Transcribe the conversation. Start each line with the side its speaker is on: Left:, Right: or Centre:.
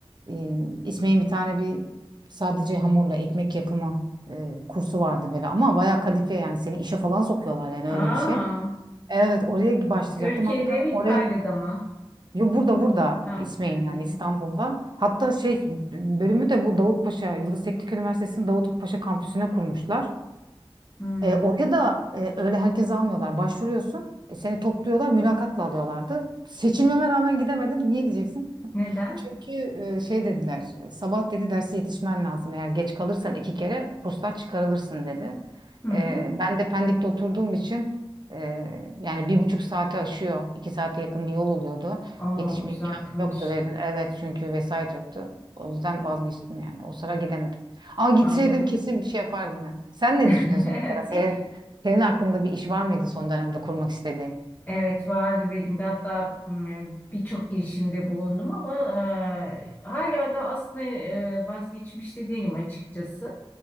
Right: Ee, İsmail'in bir tane bir sadece hamurla ekmek yapımı e, kursu vardı böyle ama bayağı kalifiye yani seni işe falan sokuyorlar yani öyle
Left: Aa,
Right: bir şey. Evet oraya başlayacaktım
Left: Türkiye'de
Right: hatta
Left: mi İtalya'da
Right: oraya
Left: mı?
Right: yo burada burada
Left: Ha,
Right: İsmail
Left: Türkiye'de.
Right: yani İstanbul'da. Hatta şey bölümü de bu Davutpaşa Yıldız Teknik Üniversitesi'nin Davutpaşa kampüsüne kurmuşlar.
Left: Hmm,
Right: E, oraya da e, öyle herkese almıyorlar. Başvuruyorsun e, seni topluyorlar mülakatla alıyorlardı. Seçilmeme rağmen gidemedim. Niye diyeceksin?
Left: neden?
Right: Çünkü e, şey dediler, e, sabah dedi dersi yetişmen lazım. Eğer geç kalırsan iki kere kurslar çıkarılırsın dedi.
Left: Hı hı.
Right: E, ben de Pendik'te oturduğum için e, yani bir buçuk saate aşıyor. iki saate yakın bir yol oluyordu.
Left: Aa,
Right: Yetişme
Left: uzakmış.
Right: imkanım yoktu. Ve, evet çünkü vesait yoktu. O yüzden vazgeçtim yani. O sıra gidemedim. Ama gitseydim
Left: Anlıyorum.
Right: kesin bir şey yapardım yani. Sen ne
Left: <laughs>
Right: düşünüyorsun mesela? Senin, senin aklında bir iş var mıydı son dönemde kurmak istediğin?
Left: Evet vardı benim de hatta m, birçok girişimde bulundum ama e, hala da aslında e, vazgeçmiş de değilim açıkçası.